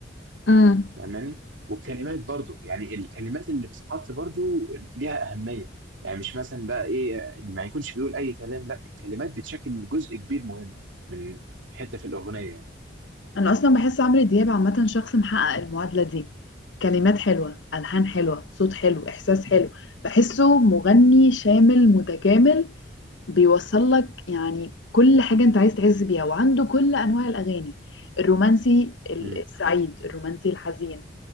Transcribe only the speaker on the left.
امم
انا اصلا بحس عمرو دياب عامه شخص محقق المعادله دي كلمات حلوه الحان حلوه صوت حلو احساس حلو بحسه مغني شامل متكامل بيوصل لك يعني كل حاجة انت عايز تحس بيها وعنده كل انواع الاغاني الرومانسي ال-
السعيد الرومانسي الحزين